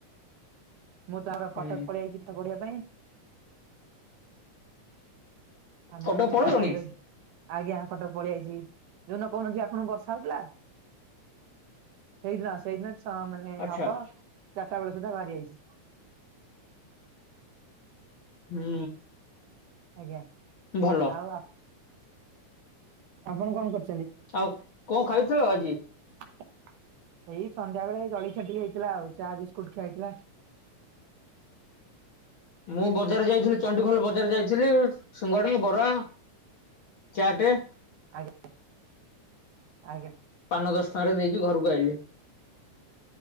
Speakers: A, on the right; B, on the left.
A: ମୁଁ ତ ଆମର
B: ହୁଁ
A: କଟକ ପଳେଇଆାଇଛି ପାଠ ପଢିବା ପାଇଁ ଆମେ
B: କଟକ ପଳେଇଲଣି
A: କଟକରେ ଆଜ୍ଞା କଟକ ପଳେଇଆଇଚି ଯୋଉ ଦିନ କହୁନଥିଲି ଆପଣଙ୍କୁ ବର୍ଷା ହଉଥିଲା ସେଇଦିନ ସେଇଦିନ ସ ମାନେ
B: ଆଚ୍ଛା
A: ହବ ଚାରିଟା ବେଳେ ସୁଦ୍ଧା ବାହାରି ଆଇଛି
B: ହୁଁ
A: ଆଜ୍ଞା
B: ଭଲ
A: ଆଉ ଆ ଆପଣ କଣ କରୁଛନ୍ତି
B: ଆଉ କଣ ଖାଇଥିଲ ଆଜି?
A: ଏଇ ସନ୍ଧ୍ୟା ବେଳେ ଜଳଖିଆ ଟିକେ ହେଇଥିଲା ଆଉ ଚା ବିସ୍କୁଟ ଖିଆ ହେଇଥିଲା
B: ମୁଁ ବଜାର ଯାଇଥିଲି ଚଣ୍ଡିଖୋଲ ବଜାର ଯାଇଥିଲି ସିଙ୍ଗଡି ବରା ଚାଟେ
A: ଆଜ୍ଞା ଆଜ୍ଞା
B: ପାନ ଦଶ ଟଙ୍କା ରେ ଦେଇକି ଘରକୁ ଆଇିଲି